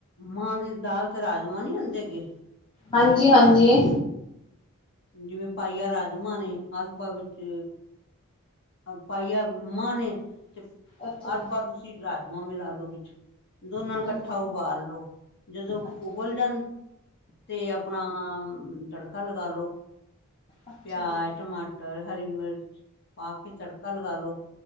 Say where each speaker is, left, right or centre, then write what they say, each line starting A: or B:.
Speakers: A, on the left; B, on the left.
A: ਮਾਂ ਦੀ ਦਾਲ ਤੇ ਰਾਜਮਾਂ ਨਹੀਂ ਹੁੰਦੇ ਹੈਗੇ।
B: ਹਾਂਜੀ, ਹਾਂਜੀ।
A: ਜਿਵੇਂ ਪਾਈਆ ਰਾਜਮਾਂ ਨੇ ਅਧਪਾ ਵਿੱਚ ਪਾਈਆ ਮਾਂ ਨੇ ਤੇ
B: ਅੱਛਾ
A: ਅੱਧ
B: ਜੀ,
A: ਪਾ ਤੁਸੀਂ ਰਾਜਮਾਂ ਮਿਲਾ ਦੋ ਵਿੱਚ। ਦੋਨਾਂ ਨੂੰ
B: ਹਾਂਜੀ,
A: ਇਕੱਠਾ ਉਬਾਲ ਲੋੋ, ਜਦੋਂ
B: ਅੱਛਾ
A: ਉੱਬਲ
B: ਜੀ।
A: ਜਾਣ ਤੇ ਆਪਣਾ ਤੜਕਾ ਲਗਾ ਲੋੋ,
B: ਅੱਛਾ
A: ਪਿਆਜ,
B: ਜੀ,
A: ਟਮਾਟਰ ਮਟਰ, ਹਰੀ ਮਿਰਚ ਪਾ ਕੇ ਤੜਕਾ ਲਗਾ ਲੋ